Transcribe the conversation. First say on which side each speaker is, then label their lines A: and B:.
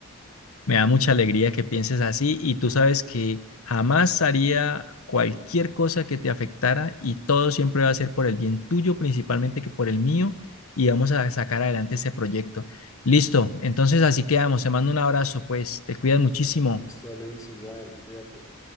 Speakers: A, on the left; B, on the left.
A: Me da mucha alegría que pienses así y tú sabes que jamás haría cualquier cosa que te afectara y todo siempre va a ser por el bien tuyo, principalmente que por el mío y vamos a sacar adelante este proyecto. Listo, entonces así quedamos. Te mando un abrazo, pues te cuidas muchísimo.
B: Listo, Luis, igual, cuídate.